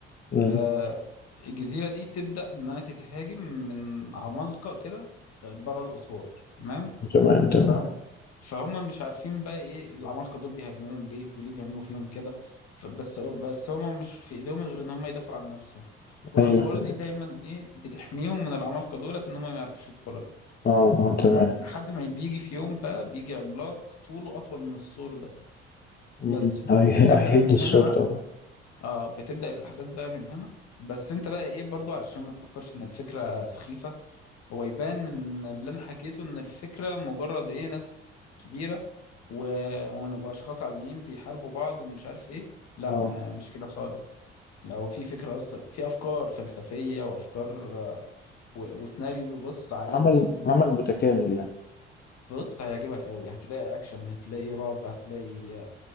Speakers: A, on the left; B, on the left.
A: مم.
B: آه الجزيرة دي بتبدأ انها تتهاجم من عمالقة كده بره الاسوار تمام
A: تمام تمام
B: فاهم فهم مش عارفين بقى ايه العمالقه دول بيهاجموهم ليه وليه بيعملوا فيهم كده فبس بس هم مش في ايديهم غير ان هم يدافعوا عن نفسهم والاسوار
A: ايوه تمام
B: دي دايما ايه بتحميهم من العمالقه دولت ان هم ما يعرفوش يدخلوا
A: اه اه تمام
B: لده- لحد ما بيجي في يوم بقى بيجي عملاق طوله اطول من السور ده
A: مم.
B: بس
A: هي-
B: بتبدا
A: هيهد
B: من
A: الصورة
B: هنا بقى
A: طبعا
B: اه بتبدا الاحداث بقى من هنا بس انت بقى ايه برضو علشان ما تفكرش ان الفكره سخيفه هو يبان من اللي انا حكيته ان الفكره مجرد ايه ناس كبيره و... و... واشخاص عاديين بيحاربوا بعض ومش عارف ايه لا
A: اه
B: آه، مش كده خالص لو في فكره اصلا في افكار فلسفيه وافكار آه، و... وسيناريو بص عالمي
A: عمل عمل متكامل يعني
B: وبص هيعجبك قوي هتلاقي اكشن هتلاقي رعب هتلاقي آه،